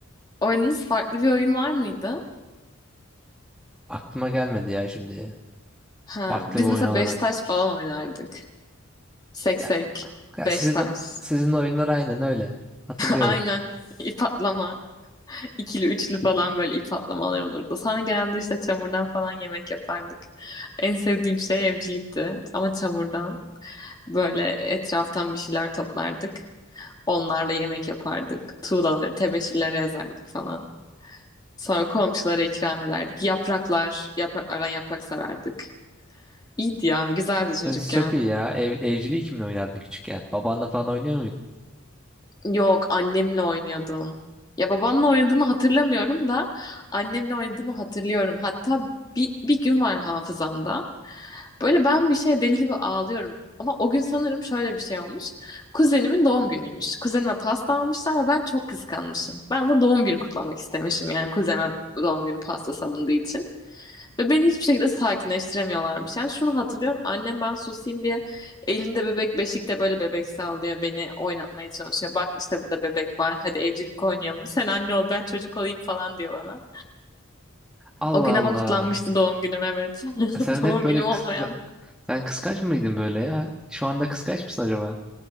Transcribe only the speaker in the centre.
Aklıma gelmedi ya şimdi.
Farklı
bir oyun
olarak.
Ya, ya
sizin
sizin oyunlar aynen öyle. Hatırlıyorum.
E, Çok iyi ya. Ev, evciliği kimle oynardın küçükken? Babanla falan oynuyor muydun?
Allah
Allah.
Sen
hep böyle
kıs-
sen sen kıskanç mıydın böyle ya? Şu anda kıskanç mısın acaba?